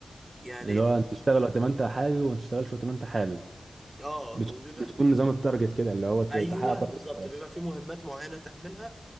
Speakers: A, on the right; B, on the right.
A: يعني
B: اللي هو انت تشتغل وقت ما انت حابب وما تشتغلش وقت ما انت حابب
A: اه
B: بت...
A: وبيبقى
B: بتكون نظام التارجت كده اللي هو ت-
A: ايوه
B: تحقق تارجت
A: بالظبط
B: وخلاص
A: بيبقى في مهمات معينه تعملها